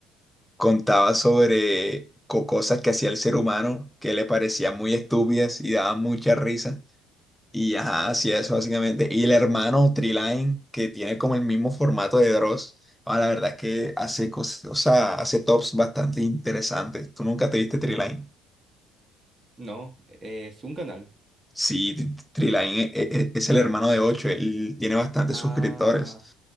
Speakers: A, in the centre; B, on the right (about 30°).
A: contaba sobre co- cosas que hacía el ser humano que le parecían muy estúpidas y daban mucha risa. Y ajá, así es básicamente. Y el hermano Treeline, que tiene como el mismo formato de Dross, ah, la verdad es que hace cosas, o sea, hace tops bastante interesantes. ¿Tú nunca te viste Treeline?
B: no, eh, es un canal.
A: Sí, T- T- Treeline e- e- e- es, el hermano de Ocho él tiene bastantes
B: Ah,
A: suscriptores,